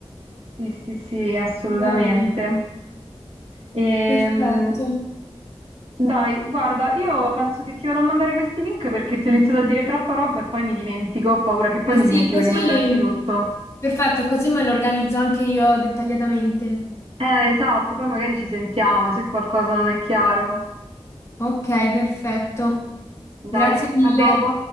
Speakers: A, on the right; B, on the left.
A: sì, sì, sì, assolutamente.
B: Bene,
A: Ehm,
B: perfetto.
A: dai, guarda, io penso che ti vado a mandare questi link perché ti ho iniziato a dire troppa roba e poi mi dimentico, ho paura che poi
B: Eh
A: mi dimentico
B: sì, così,
A: di mandarti tutto.
B: perfetto, così me lo organizzo anche io dettagliatamente.
A: Eh, esatto, poi magari ci sentiamo se qualcosa non è chiaro.
B: Ok, perfetto. Grazie
A: Dai,
B: mille.
A: a dopo.